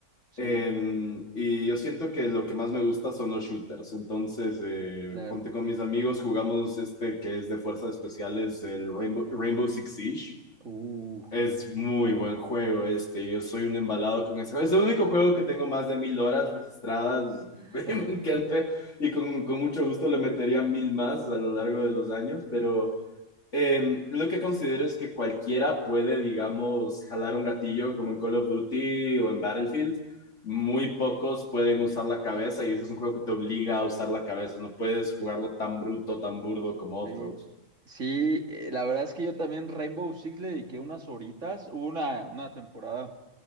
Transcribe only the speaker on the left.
Eh, y yo siento que lo que más me gusta son los shooters, entonces, eh,
ponte con mis amigos, jugamos este que es de fuerzas especiales, el Rainbow, Rainbow Six Siege.
Es muy buen juego este, yo soy un embalado con ese juego. Es el único juego que tengo más de mil horas registradas,
<laughs> me encanta y con, con mucho gusto le metería mil más a lo largo de los años, pero eh, lo que considero es que cualquiera puede, digamos, jalar un gatillo como en Call of Duty o en Battlefield. Muy pocos pueden usar la cabeza y ese es un juego que te obliga a usar la cabeza, no puedes jugarlo tan bruto, tan burdo como otros.